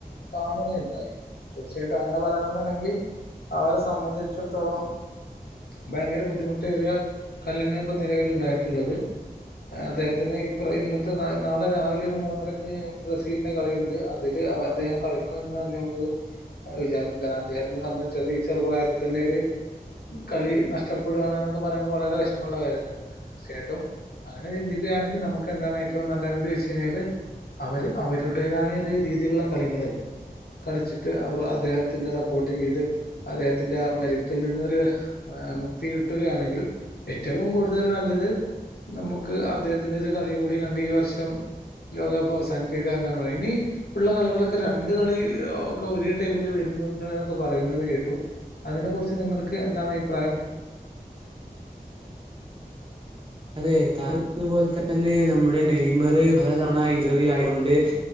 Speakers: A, on the left; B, on the right.
A: കാണുകയുണ്ടായി. തീർച്ചയായിട്ടും അങ്ങനെ പറയണെന്നുണ്ടെങ്കിൽ അവരെ സംബന്ധിച്ചിടത്തോളം ഭയങ്കര ബുദ്ധിമുട്ടേറിയ കല്യങ്ങള ഇപ്പ നിലവിൽ ഉണ്ടായിട്ടുള്ളത് അദ്ദേഹത്തിന് ഇപ്പറ ഇന്നത്തെ നാളെ രാവിലെ ഒരു മൂന്നരക്ക് ബ്രസീലിന്റെ കളിയുണ്ട് അതില് അദ്ദേഹം കളിക്കും എന്ന് തന്നെ നമുക്ക് വിചാരിക്കൻ കാരണം അദ്ദേഹത്തിനെ സംബന്ധിച്ചി ഈ ചെറുപ്രായത്തിൽന്നെ ഒരു കളി നഷ്ടപ്പെടുകയാണ് എന്നൊക്കെ പറയുമ്പോൾ വളരെ വി ഇഷ്ടമ കയം തന്നെയാണ് തീർച്ചയായിട്ടും അങ്ങനെ ചിന്തിക്കയാണെങ്കിൽ നമുക്ക് എന്താണ് ഏറ്റവും നല്ലത് വെച്ച് കഴിഞ്ഞാല് അവര് അവരുടേതായ ഒരു രീതിയിലുള്ള കളികള് കളിച്ചിട്ട് അവർ അദ്ദേഹത്തിന്റെ സപ്പോർട്ട് ചെയ്ത് അദ്ദേഹത്തിന്റെ ആ പരുക്കിൽ നിന്നൊരു മുക്തി കിട്ടുകയാണെങ്കിൽ ഏറ്റവും കൂടുതൽ നല്ലത് നമുക്ക് അദ്ദേഹത്തിന്റെ ഒരു കളിയും കൂടി കണ്ട് ഈ വർഷം ലോകകപ്പ് അവസാനിപ്പിക്കുക ഇനി ഉള്ള കളികളൊക്കെ രണ്ട് കളി ഒക്കെ ഒരേ ടൈമില് വര ക്കെ പറയുന്നത് കേട്ടു അതിനെ കുറിച്ച് നിങ്ങൾക്ക് എന്താണ് അഭിപ്രായം
B: അതെ ഞാതു പോലെ തന്നെ നമ്മുടെ നെയ്മർ പല തവണ ഇഞ്ചുറി ആയൊണ്ട്